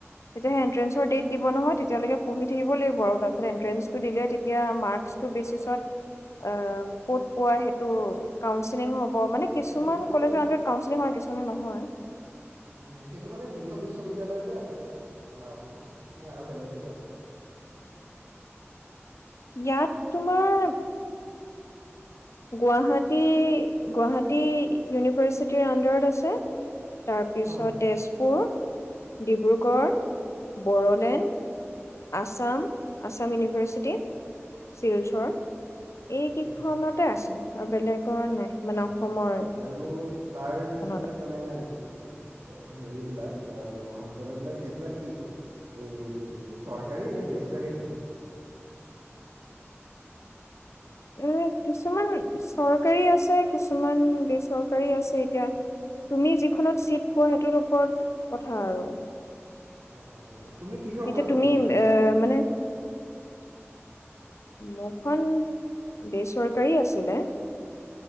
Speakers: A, on the left; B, on the right.
A: <unintelligible> ণ্ট্ৰেন্সৰ ডেট দিব নহয় তেতিয়ৈকে পঢ়ি থাকিব লাগিব আৰু তাৰপিছতে এণ্ট্ৰেন্সটো দিলে তেতিয়া মাৰ্কচটোৰ বেচিছত অ' ক'ত পোৱা সেইটো কাউন্সেলিং হ'ব ব মানে কিছুমান
B: সেইটো মানে
A: কলেজৰ আন্দাৰত কাউন্সেলিং হয়, কিছুমানৰ নহ হয়।
B: উম, সেইটো মানে তিনিখন বিশ্ববিদ্যালয়তে আছে আছে আমাৰ অসমত। নে আৰু বেলেগতো আছে?
A: ইয়াত তোমাৰ গুৱাহাটী - গুৱাহাটী ইউনিভাৰ্চিটিৰ আণ্ডাৰত আছে। তাৰপিছত
B: অঁ
A: তেজপুৰ। ডিব্ৰুগড়। বড়োলেণ্ড। আছাম - আছাম ইউনিভাৰ্চিটি শিলচৰ। এই কেইখনতে
B: অঁ
A: আছে। আৰু বেলেগ কৰা নাই
B: আচ্ছা
A: মানে অসমৰ
B: আৰু তাৰ
A: এইখনত।
B: যিবিলাক মানে <unintelligible> হেৰিবিলাক অ' মহাবিদ্যালয় বিলাক সেইবিলাক কি এই উম চৰকাৰী নে বেচৰকাৰী হয়?
A: এ কিছুমান চৰকাৰী আছে, কিছুমান বেচৰকাৰী আছে। এতিয়া তুমি যিখনত ছিট পোৱা সেইটোৰ ওপৰত কথা আৰু।
B: অঁ অঁ। তুমি কিহৰ
A: এতিয়া
B: পৰা
A: তুমি
B: কৰিছিলা
A: এ মানে মোৰখন বেচৰকাৰী আছিলে।